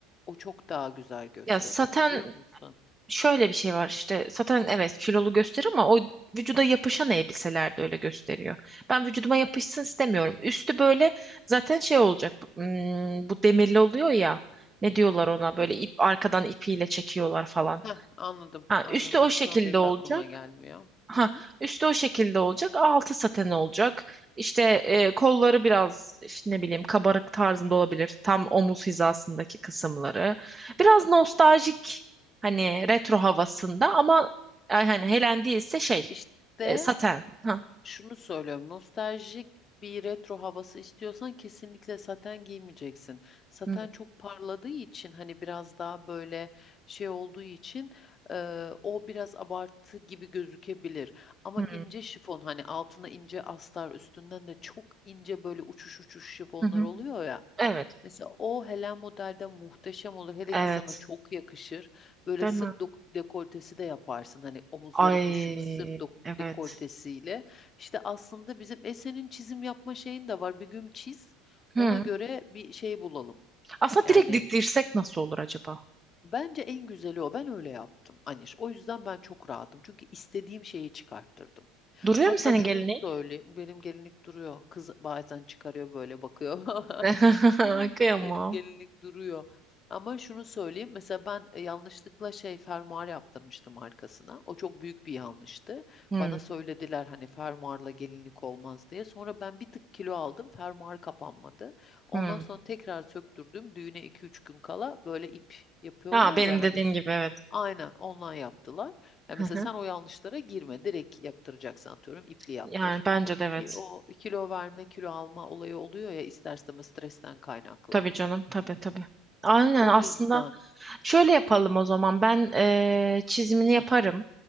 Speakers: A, on the left (about 40°); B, on the right (about 20°).
A: O çok daha güzel gösterir
B: Ya saten
A: biliyor musun?
B: şöyle bir şey var işte saten evet kilolu gösteriyor ama o vücuda yapışan elbiseler de öyle gösteriyor. Ben vücuduma yapışsın istemiyorum. Üstü böyle zaten şey olacak hmm, bu demirli oluyor ya ne diyorlar
A: Hı hı.
B: ona böyle ip arkadan ipiyle çekiyorlar falan.
A: Heh, anladım,
B: Ha,
A: anladım.
B: üstü o şekilde
A: Şu an benim
B: olacak.
A: de aklıma gelmiyor.
B: Ha,
A: Hı hı.
B: üstü o şekilde olacak, altı saten olacak. İşte e, kolları biraz işte ne bileyim kabarık tarzında olabilir. Tam omuz hizasındaki kısımları. Biraz nostaljik hani retro havasında ama e, hani helen değilse şey
A: İşte
B: e, saten. Ha.
A: şunu söylüyorum. Nostaljik bir retro havası istiyorsan kesinlikle saten giymeyeceksin. Saten
B: Hı,
A: çok parladığı için hani biraz daha böyle şey olduğu için e, o biraz abartı gibi gözükebilir. Ama
B: hı,
A: ince şifon hani altına ince astar üstünden de çok ince böyle uçuş uçuş şifonlar
B: hı hı.
A: oluyor ya.
B: Evet,
A: Mesela o Helen modelde muhteşem olur. Hele
B: evet.
A: ki sana çok yakışır. Böyle
B: Değil
A: sırt
B: mi?
A: dok- dekoltesi de yaparsın. Hani omuzları
B: Ay,
A: düşük sırt dok-
B: evet.
A: dekoltesiyle. İşte aslında bizim Esen'in çizim yapma şeyin de var. Bir gün çiz.
B: Hı.
A: Ona göre bir şey bulalım.
B: Aslında
A: Yani
B: direkt diktirsek nasıl olur acaba?
A: Bence en güzeli o. Ben öyle yaptım Aniş. O yüzden ben çok rahatım. Çünkü istediğim şeyi çıkarttırdım.
B: Duruyor
A: Hatta
B: mu senin
A: şunu
B: gelinin?
A: söyleyeyim. Benim gelinlik duruyor. Kız bazen çıkarıyor böyle bakıyor.
B: <laughs>
A: <laughs>
B: Kıyamam.
A: Benim gelinlik duruyor. Ama şunu söyleyeyim. Mesela ben e, yanlışlıkla şey fermuar yaptırmıştım arkasına. O çok büyük bir yanlıştı.
B: Hı,
A: Bana söylediler hani fermuarla gelinlik olmaz diye. Sonra ben bir tık kilo aldım. Fermuar kapanmadı. Ondan
B: hı.
A: sonra tekrar söktürdüm. Düğüne iki üç gün kala böyle ip yapıyorlar
B: Ha benim
A: ya hani.
B: dediğim
A: s-
B: gibi evet.
A: Aynen ondan yaptılar. Ya
B: Hı
A: mesela
B: hı.
A: sen o yanlışlara girme. Direkt yaptıracaksın atıyorum ipli yaptır.
B: Yani bence de evet.
A: Ki o kilo verme kilo alma olayı oluyor ya ister istemez stresten kaynaklı.
B: Tabii canım tabii tabii. Aynen
A: O
B: aslında
A: yüzden
B: şöyle yapalım o zaman. Ben eee, çizimini yaparım.